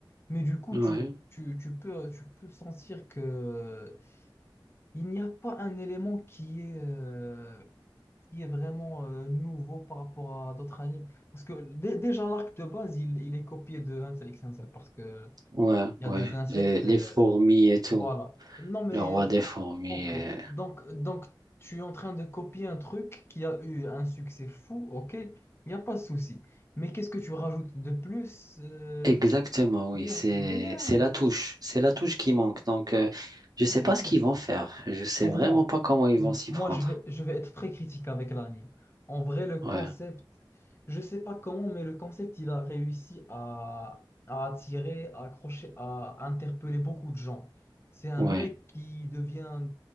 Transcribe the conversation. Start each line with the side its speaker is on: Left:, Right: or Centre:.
Left: Mais du coup,
Right: ouais,
Left: tu, tu, tu peux, tu peux sentir que il n'y a pas un élément qui est, euh, qui est vraiment euh, nouveau par rapport à d'autres animes. Parce que dé- déjà l'arc de base, il, il est copié de Hunter x Hunter parce que
Right: ouais,
Left: il y
Right: ouais.
Left: a des insectes.
Right: Les, les
Left: euh,
Right: fourmis et tout.
Left: Voilà. Non, mais
Right: Le roi
Left: euh,
Right: des fourmis.
Left: ok.
Right: euh,
Left: Donc, donc, tu es en train de copier un truc qui a eu un succès fou, ok. Il n'y a pas de souci. Mais qu'est-ce que tu rajoutes de plus? Euh,
Right: Exactement,
Left: fr-
Right: oui,
Left: rien,
Right: c'est
Left: rien,
Right: c'est la touche, c'est la touche qui manque. Donc, euh, je sais
Left: rien.
Right: pas ce qu'ils vont faire. Je sais
Left: Pour
Right: vraiment
Left: moi,
Right: pas comment ils
Left: m-
Right: vont s'y
Left: moi
Right: prendre.
Left: je vais, je vais être très critique avec l'anime. En vrai, le concept,
Right: Ouais,
Left: je sais pas comment, mais le concept, il a réussi à, à attirer, à accrocher, à interpeller beaucoup de gens. C'est un
Right: ouais,
Left: mec qui devient,